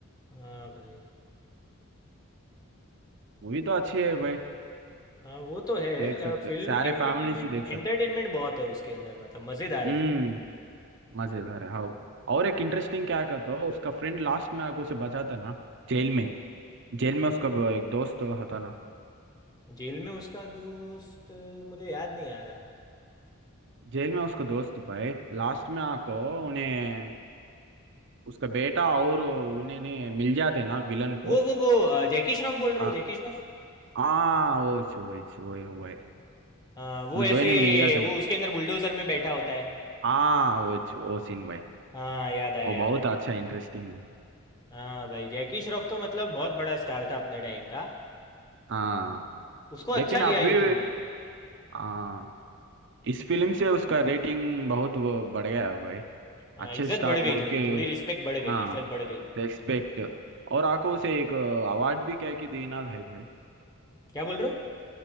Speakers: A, on the left; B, on the right.
A: हाँ भाई
B: मूवी तो अच्छी है भाई
A: हाँ वो तो है
B: देख सकते
A: फिल्म
B: सारे
A: एंटरटेनमेंट
B: फैमिली से देख
A: एंटरटेनमेंट
B: सकते
A: बहुत है उसके अंदर मतलब मज़ेदार
B: हम्म
A: है फिल्म
B: मजेदार है हाँ और एक इंटरेस्टिंग क्या कहता हो उसका फ्रेंड लास्ट में आके उसे बचाता ना जेल में जेल में उसका वो एक दोस्त होता ना
A: जेल में उसका दोस्त अ, मुझे याद नहीं आ रहा
B: जेल में उसका दोस्त भाई लास्ट में आको उन्हें उसका बेटा और उन्हें ने मिल जाते ना विलन को
A: वो वो वो अ, जैकी श्रॉफ बोल रहे
B: आ-
A: हो जैकी श्रॉफ
B: हाँ वो चो- वो चो- वो वो भाई
A: हाँ वो
B: उन
A: ऐसे
B: दो ही ने मिल जाते ना
A: वो उसके अंदर बुलडोजर में बैठा होता है
B: हाँ वो चो- वो सीन भाई
A: हाँ याद आया
B: वो
A: याद
B: बहुत
A: आया
B: अच्छा इंटरेस्टिंग
A: हाँ भाई जैकी श्रॉफ तो मतलब बहुत बड़ा स्टार था अपने टाइम का
B: हाँ
A: उसको अच्छा
B: लेकिन
A: लिया
B: अभी
A: ये फिल्म ने
B: आ, इस फिल्म से उसका रेटिंग बहुत वो बढ़ गया है भाई
A: हाँ
B: अच्छे
A: इज्जत
B: स्टार
A: बढ़ गई
B: बोल
A: थोड़ी
B: के
A: थोड़ी रिस्पेक्ट बढ़ गई
B: हाँ
A: इज्जत बढ़ गई
B: रेस्पेक्ट और आको उसे एक अवार्ड भी कह के देना था भाई
A: क्या बोल रहे हो